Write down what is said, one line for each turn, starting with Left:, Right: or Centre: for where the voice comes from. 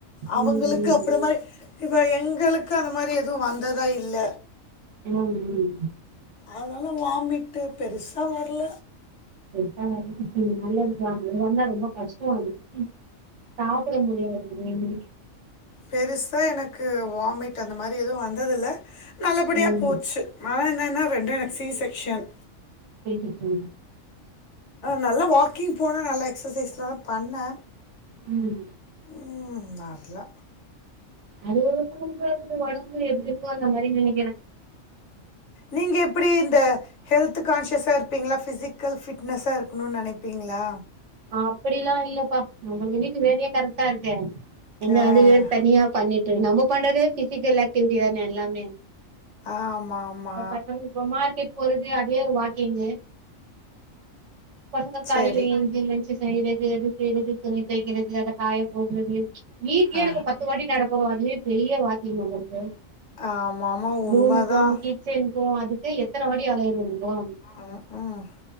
Left: அவுங்களுக்கு
Right: உம்
Left: அப்றோ மாரி இப்ப எங்களுக்கு அந்த மாரி எதுவு வந்ததா இல்ல
Right: ம் ம்
Left: அனாலு வாமிட்டு பெருசா வர்ல
Right: எப்பா அ நல்லதுதா அது வந்தா ரொம்ப கஷ்டோ அது சாப்டமுடியாது மென்னு
Left: பெருசா எனக்கு வாமிட் அந்த மாரி எதுவு வந்ததில்ல நல்லபடியா
Right: உம்
Left: போச்சு ஆனா என்னன்னா ரெண்டு எனக்கு சி செக்க்ஷன்
Right: கேட்டுச்சா
Left: நல்லா வாக்கிங் போனோ நல்லா எக்ஸசைஸ்லா பண்ண
Right: ம்
Left: ம் வர்ல
Right: அது ஒவ்வொருத்தங்க ஒடம்பு எப்டி இருக்கோ அந்த மாரி நெனைக்கிற
Left: நீங்க எப்டி இந்த ஹெல்த் கான்ஷியஷா இருப்பீங்ளா ஃபிசிக்கல் ஃபிட்னஸா இருக்கணுனு நெனைப் பீங்ளா
Right: அப்டிலா இல்லப்பா நம்மளுக்கு வீட்டு வேலையே கரெக்ட்டா இருக்கே எங்க
Left: ஆ
Right: அது வேற தனியா பண்ணிட்டு நம்ம பண்றதே பிசிக்கல் ஆக்டிவிட்டி தானே எல்லாமே
Left: ஆமா ஆமா
Right: <unintelligible> மார்க்கேட் பொறுமையா அதே வாக்கிங்கு பசங்க
Left: சரி
Right: காலையில எஞ்சி லஞ்ச்சு செய்றது அது செய்றது துணி தொவைக்றது அத காய போட்றது வீட்டுலியே
Left: ஆ
Right: எனக் பத்து வாட்டி நடக்குறோ அதுவே பெரிய வாக்கிங் நம்பள்க்கு
Left: ஆமாமா உண்மைதான்
Right: ரூம்க்கு கிச் சன்க்கு அதுக்கே எத்தன வாட்டி அலையுறோ தெரிமா
Left: ஆ ஆம்